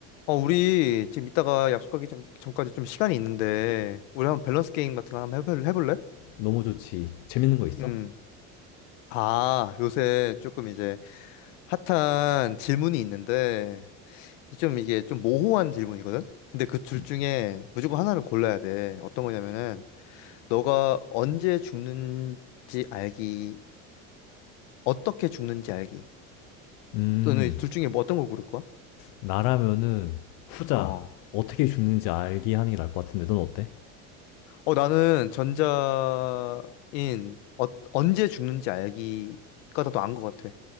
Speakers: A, on the left; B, on the left.
A: 어, 우리 지금 이따가 약속하기 전, 전까지 좀 시간이 있는데, 우리 한번 밸런스 게임 같은 거 한번 해볼, 해볼래?
B: 너무 좋지. 재밌는 거 있어?
A: 음. 아, 요새 조금 이제 핫한 질문이 있는데, 좀 이게 좀 모호한 질문이거든? 근데 그 둘
B: 음.
A: 중에 무조건 하나를 골라야 돼. 어떤 거냐면은, 너가 언제 죽는지 알기랑 어떻게 죽는지 알기.
B: 음,
A: 또는 둘 중에 뭐 어떤 걸 고를 거야?
B: 나라면은 후자
A: 어.
B: 어떻게 죽는지 알게 하는 게 나을 것 같은데 넌 어때?
A: 어, 나는 전자인 어, 언제 죽는지 알기가 더 나은 것 같아.